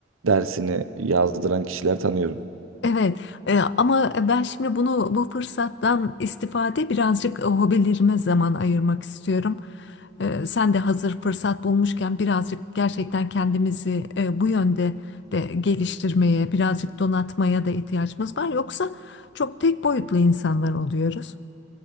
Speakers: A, on the right (about 90°); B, on the left (about 55°).
A: dersini yazdıran kişiler tanıyorum.
B: Evet, e, ama ben şimdi bunu bu fırsattan istifade birazcık e, hobilerime zaman ayırmak istiyorum. E, sen de hazır fırsat bulmuşken birazcık gerçekten kendimizi e, bu yönde de geliştirmeye, birazcık donatmaya da ihtiyacımız var. Yoksa çok tek boyutlu insanlar oluyoruz.